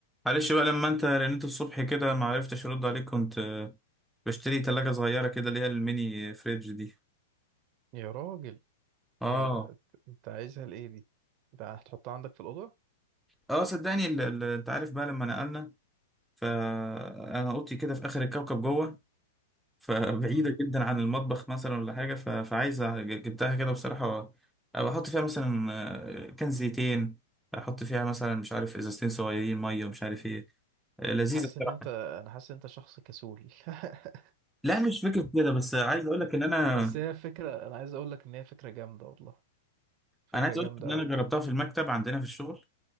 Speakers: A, in the centre; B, on the right (about 40°).
A: معلش بقى لما انت رنيت الصبح كده ما عرفتش ارد عليك كنت آه، بشتري تلاجة صغيرة كده اللي هي الميني فريج دي
B: يا راجل
A: اه
B: ايه ده انت عايزها لايه دي ده هتحطها عندك في الاوضه
A: اه صدقني ال- ال- انت عارف بقى لما نقلنا فانا اوضتي كده في اخر الكوكب جوه فبعيدة
B: امم
A: <laughs> جدا عن المطبخ مثلا ولا حاجة ف- فعايزة ج- جبتها كده بصراحة احط فيها مثلا آه، كان زيتين احط فيها مثلا مش عارف ازازتين صغيرين مية ومش عارف ايه آه، لذيذة
B: حاسس
A: بصراحة
B: ان انت انا حاسس ان انت شخص كسول <laughs>
A: لا مش فكرة كده بس عايز اقول لك ان انا
B: بس هي فكره انا عايز اقول لك ان هي فكره جامده والله فكره
A: انا عايز
B: جامده
A: اقول لك ان
B: قوي
A: انا جربتها في المكتب عندنا في الشغل